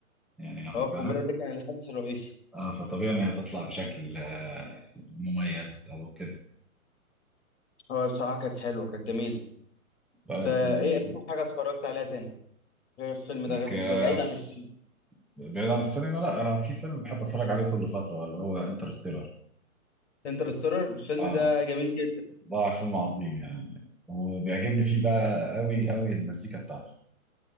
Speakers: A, in the centre; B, on the left.
A: يعني واخد
B: اه القنبله
A: بالك
B: ده كان الحدث الرئيسي
A: آه فطبيعي إن هي تطلع بشكل آه، مميز أو كده
B: هو بصراحه كانت حلوه كانت جميله
A: طيب
B: انت
A: و-
B: ايه اكتر حاجه اتفرجت عليها تاني غير الفيلم ده غير-
A: كاس
B: بعيد عن السينما
A: بعيد عن السينما لا انا في فيلم بحب اتفرج عليه كل فتره اللي هو انترستيلر
B: انترستيلر الفيلم
A: اه
B: ده جميل جدا
A: ده فيلم عظيم يعني وبيعجبني فيه بقى قوي قوي المزيكا بتاعته